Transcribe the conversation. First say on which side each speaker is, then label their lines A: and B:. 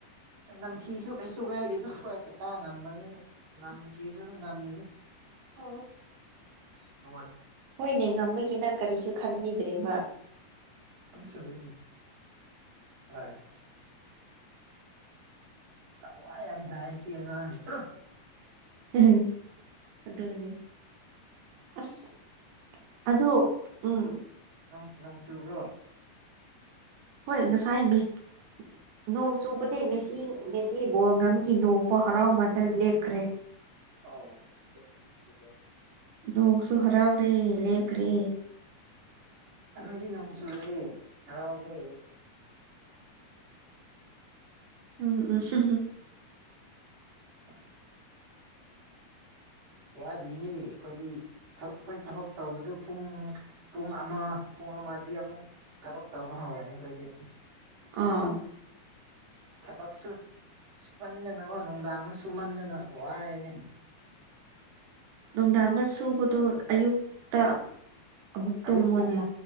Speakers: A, on the right (about 55°); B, on the right (about 80°).
A: ꯅꯝꯊꯤꯁꯨ ꯀꯩꯁꯨ ꯀꯥꯏꯗꯦ ꯅ ꯍꯣꯏ ꯀꯀꯥ ꯉꯝꯕꯅꯤꯅ ꯅꯝꯊꯤꯁꯨ ꯑꯗꯨ ꯅꯝꯃꯤꯅꯤ ꯍꯣꯏ ꯑꯗꯣ
B: ꯍꯣꯏꯅꯦ ꯉꯝꯕꯒꯤ ꯅꯪ ꯀꯔꯤꯁꯨ ꯈꯟꯕꯤꯗ꯭ꯔꯦꯕ
A: <unintelligible> ꯂꯋꯥꯏ ꯌꯥꯝ ꯇꯥꯏꯁꯤ ꯑꯉꯥꯡꯁꯤ ꯆꯠꯂꯨ
B: <unintelligible> ꯑꯗꯨꯗꯅꯤ ꯑꯁ ꯑꯗꯨ ꯎꯝ
A: ꯑꯥ ꯅꯣꯡ ꯆꯨꯕ꯭ꯔꯣ
B: ꯍꯣꯏ ꯉꯁꯥꯏ ꯃꯤꯁ ꯅꯣꯡ ꯆꯨꯕꯅꯦ ꯃꯦꯁꯤ ꯃꯦꯁꯤ ꯕꯣꯜ ꯉꯝꯈꯤ ꯅꯣꯡꯕꯨꯛ ꯍꯔꯥꯎꯃꯥꯟꯗꯅ ꯂꯦꯞꯈ꯭ꯔꯦ
A: ꯑꯥꯎ <unintelligible>
B: ꯅꯣꯡꯁꯨ ꯍꯔꯥꯎꯔꯦ ꯂꯦꯞꯈ꯭ꯔꯦ
A: ꯑꯩꯈꯣꯏꯗꯤ ꯅꯣꯡ ꯆꯨꯔꯛ ꯑꯦ ꯍꯔꯥꯎꯕꯩ
B: ꯎꯝ ꯎꯝ <unintelligible>
A: <unintelligible> ꯋꯥꯠꯂꯤ ꯑꯩꯈꯣꯏꯒꯤ ꯑꯩꯈꯣꯏ ꯊꯕꯛ ꯇꯧꯕꯗꯨ ꯄꯨꯡ ꯄꯨꯡ ꯑꯃ ꯄꯨꯡ ꯑꯃꯗꯒꯤ ꯑꯃꯨꯛ ꯊꯕꯛ ꯇꯧꯕ ꯍꯧꯔꯅꯤ ꯑꯩꯈꯣꯏꯗꯤ
B: ꯑꯥ
A: ꯊꯕꯛꯁꯨ ꯁꯨꯃꯟꯗꯅꯀꯣ ꯅꯨꯡꯗꯥꯡꯗ ꯁꯨꯃꯟꯗꯅ ꯋꯥꯔꯦꯅꯦ
B: ꯅꯨꯡꯗꯥꯡꯅ ꯁꯨꯕꯗꯣ ꯑꯌꯨꯛꯇ ꯑꯃꯨꯛ ꯇꯨꯝꯃꯣꯅꯦ
A: ꯑꯌꯨꯛ ꯄꯨꯡ